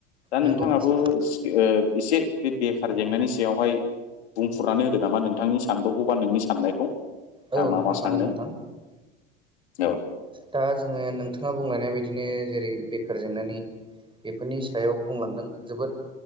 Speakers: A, on the left; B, on the right.
A: दा
B: नंगौ
A: नोंथाङाबो
B: नोंथां सैथो
A: ओ एसे बे बेखार जेंनानि सायावहाय बुंफुरनानै होदो नामा नोंथांनि सानदौखौ बा नोंनि साननायखौ? दा
B: औ
A: मा
B: नोंथां
A: मा सानदों
B: हागोन नोंथां।
A: औ
B: दा जोङो नोंथाङा बुंलायनाय बायदिनो जेरै बेखार जेंनानि बेफोरनि सायाव बुंलांदों जोबोद